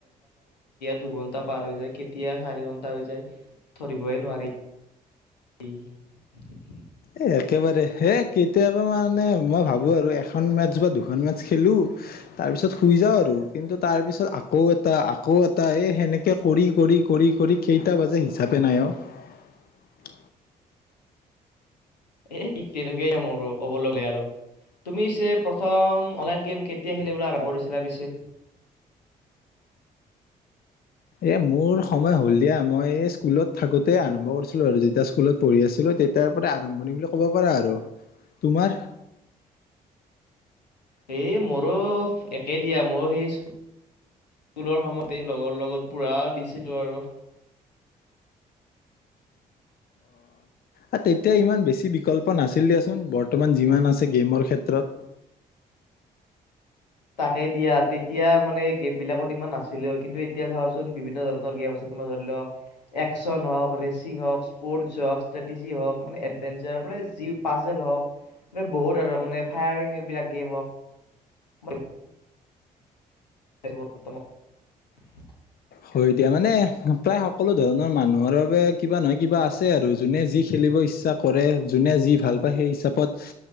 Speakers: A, on the left; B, on the left.
A: দুঘন্টা পাৰ হৈ যায় কেতিয়া চাৰি ঘণ্টা হৈ ঘায় ধৰিবই নোৱাৰি। স <inaudible>
B: এই একেবাৰে হেই কেতিয়াবা মানে মই ভাবোঁ আৰু এখন মেছ বা দুখন মেছ খেলো তাৰপিছত শুই যাওঁ আৰু কিন্তু তাৰ পিছত আকৌ এটা আকৌ এটা এই সেনেকে কৰি কৰি কৰি কৰি কেইটা বাজে হিচাপে নাই আৰু
A: এ ঠিক তেনেকাই মোৰো আৰু কব লগলে আৰু তুমি প্ৰথম অনলাইন গেম কেতিয়া খেলিবলৈ আৰম্ভ কৰিছিলা পিছে
B: এ মোৰ সময় হ'ল দিয়া মই স্কুলত থাকোঁ‌তে আৰম্ভ কৰিছিলো আৰু যেতিয়া স্কুলত পঢ়ি আছিলো তেতিয়াৰ পৰা আৰম্ভণি বুলি কব পাৰা আৰু তোমাৰ
A: এই মোৰো একে দিয়া ময়ো সেই স্কুলৰ সময়তেই লগৰ লগত পুৰা দিছিলোঁ আৰু
B: অ' তেতিয়া ইমান বেছি বিকল্প নাছিল দিয়াচোন বৰ্তমান যিমান আছে গেমৰ ক্ষেত্ৰত
A: তাকে দিয়া তেতিয়া মানে গেম বিলাকত ইমান নাছিলেও কিন্তু এতিয়া চাচোন বিভিন্ন ধৰণৰ গেম আছে তোমাৰ ধৰি লও একচন হওঁক ৰেচিং হওঁক স্পৰ্টছ হওঁক ষ্ট্ৰেটেজি হওঁক মানে এডভেঞ্চাৰ মানে জি পাজেল হওক বহুত আৰু মানে ফায়াৰিং এইবিলাক গেম হওক ব এিৰ প উ্তম <inaudible>
B: হয় দিয়া মানে প্ৰায় সকলো ধৰণৰ মানুহৰ বাবে কিবা নহয় কিবা আছে আৰু যোনে যি খেলিব ইচ্ছা কৰে যোনে যি ভাল পায় সেই হিচাপত